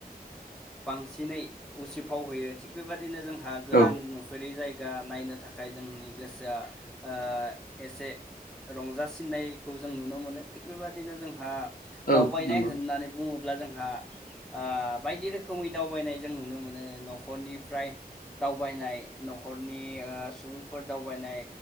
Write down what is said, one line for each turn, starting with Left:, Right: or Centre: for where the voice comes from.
Centre: बांसिनै उसिफाव होयो। थिग बेबादिनो जोंहा गोदान
Left: औ
Centre: नुफेरै जाय - गा नायनो थाखाय जोंनि गोसोआ ओ एसे रंजासिननायखौ जों नुनो मोनो। थिग बेबदिनो जोंहा
Left: औ
Centre: दावबायनाय
Left: नंगौ
Centre: होननानै बुङो ब्ला जोंहा आ बायदि रोखोमै दावबायनाय जों नुनो मोनो। न'खरनिफ्राय दावबायनाय न'खरनि आ सुबुंफोर दावबायनाय